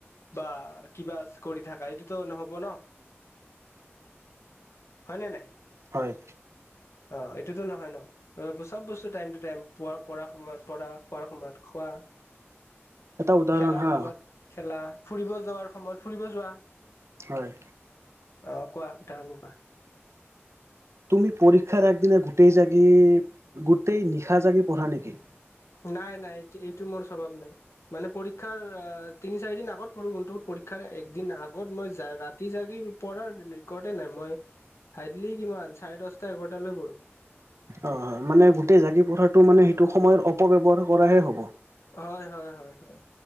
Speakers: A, on the left (about 75°); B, on the right (about 75°).
A: বা কিবা কৰি থা সেইটোতোও নহ'ব ন? হয়নে নাই?
B: হয়।
A: অ', এইটোতো নহয় ন? অ', চব বস্তু টাইম টো টাইম পোৱা পৰাৰ সময়ত পৰা, খোৱাৰ সময়ত খোৱা।
B: এটা উদাহৰণ
A: খেলাৰ
B: হা
A: সময়ত খেলা। ফুৰিব যোৱাৰ সময়ত ফুৰিব যোৱা।
B: হয়।
A: অ', কোৱা <unintelligible> কোৱা।
B: তুমি পৰীক্ষাৰ আগদিনা গোটেই জাগি গোটেই নিশা জাগি পঢ়া নেকি?
A: নাই, নাই এইটো মোৰ স্বভাৱ নাই। মানে পৰীক্ষাৰ আ তিনি, চাৰি দিন আগত পঢ়ো <inaudible> পৰীক্ষাৰ একদিন আগত মই ৰাতি জাগি পঢ়াৰ ৰিকডেই নাই। মই হাৰ্ডলি কিমান চাৰে দশটা এঘাৰটালৈ পঢ়ো।
B: অহ, মানে গোটেই জাগি পঢ়াটো মানে সেইটো সময়ৰ অপব্যবহাৰ কৰাহে হ'ব।
A: হয়, হয়, হয়, হয়।